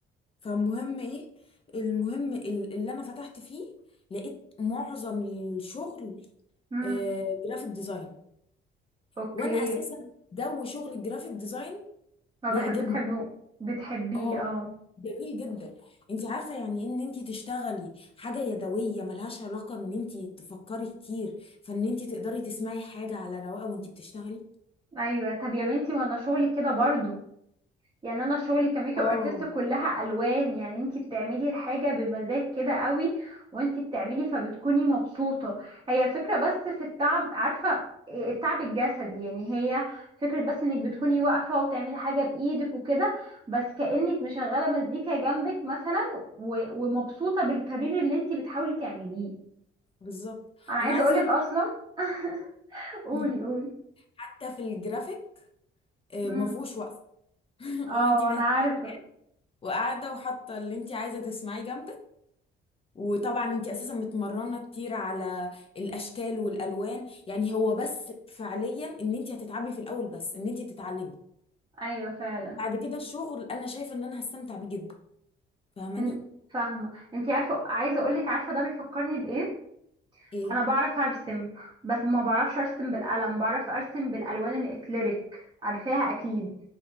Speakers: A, on the left (about 30°); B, on the right (about 25°).
A: فالمهم ايه المهم ال- اللي انا فتحت فيه لقيت معظم الشغل
B: مم.
A: آه، جرافيك ديزاين
B: اوكي
A: وانا اساسا جو شغل الجرافيك ديزاين
B: ما بحب
A: بيعجبني
B: بتحبه بتحبيه
A: اه
B: اه
A: جميل جدا انت عارفه يعني ان انت تشتغلي حاجه يدويه ملهاش علاقه ان انت تفكري كتير فان انت تقدري تسمعي حاجه على رواقه وانت بتشتغلي
B: ايوه طب يا بنتي ما انا شغلي كده برضو يعني انا شغلي كميك
A: اه
B: اب ارتست كلها الوان يعني انتي بتعملي الحاجه بمزاج كده قوي وانتي بتعملي فبتكوني مبسوطه هي الفكره بس في التعب عارفه إيه التعب الجسدي يعني هي فكره بس انك بتكوني واقفه وبتعملي حاجه بايدك وكده بس كانك مشغله مزيكا جنبك مثلا و- ومبسوطه بالكارير اللي انتي بتحاولي تعمليه
A: بالظبط
B: انا عايزه
A: انا عايزه
B: اقولك
A: اقول
B: اصلا <laughs> قولي
A: لك،
B: قولي
A: حتى في الجرافيك آه،
B: امم
A: مفهوش وقفه <laughs>
B: اه
A: هو انت محتاجه
B: انا عارفه
A: تنام وقاعده وحاطه اللي انت عايزه تسمعيه جنبك وطبعا انت اساسا متمرنه كتير على الاشكال والالوان يعني هو بس فعليا ان انت هتتعبي في الاول بس ان انت تتعلمي
B: ايوه فعلا
A: بعد كده الشغل انا شايفه ان انا هستمتع بيه جدا فاهماني
B: إن- فاهمة انتي عارفة عايزة اقولك عارفة ده بيفكرني بايه
A: ايه
B: انا بعرف ارسم بس ما بعرفش ارسم بالقلم بعرف ارسم بالالوان الاكليريك عارفاها اكيد